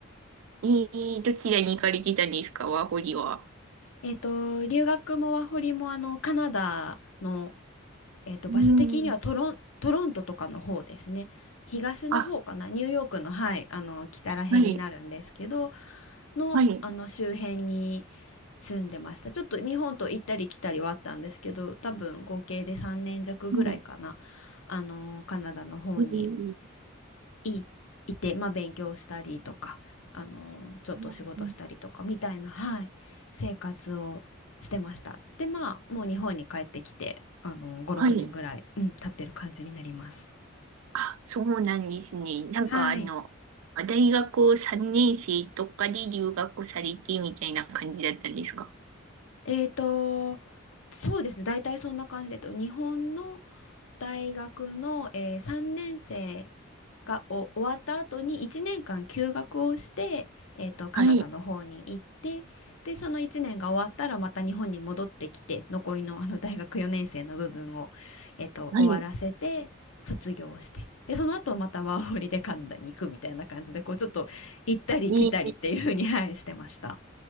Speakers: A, on the right; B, on the left.
A: えー、どちらに行かれてたんですかワーホリは。
B: えっと、留学もワーホリもあのカナダの、えっと、
A: う
B: 場所的にはトロン、
A: ん。
B: トロントとかの方ですね。東の方かな、
A: あ、
B: ニューヨークの、はい、あの北ら辺になるんですけど、
A: はい、
B: の、
A: はい、
B: あの周辺に住んでました。ちょっと日本と行ったり来たりはあったんですけど、多分合計で3年弱ぐらいかな、
A: は
B: あのカナダの方に
A: い、えー
B: い、いて、まあ、勉強したりとか、あのちょっと仕事したりとかみたいな、
A: うん
B: はい、生活をしてました。で、まあ、もう日本に帰ってきて、あの5、
A: はい。
B: 6年ぐらい、うん、経ってる感じになります。
A: あ、そうなんですね。なんかあの、
B: はい。
A: 大学3年生とかで留学されてみたいな感じだったんですか
B: えーと、そうですね。大体そんな感じで、えっと日本の大学の、えー3年生がお終わった後に1年間休学をして、えーと、カナダの方に行って、
A: はい、
B: で、その1年が終わったらまた日本に戻ってきて、残りのあの大学4年生の部分を、えーと、
A: はい。
B: 終わらせて、卒業をして。で、その後またワーホリでカナダに行くみたいな感じで、こうちょっと行ったり来たりっていうふうに、
A: えー
B: はい、してました。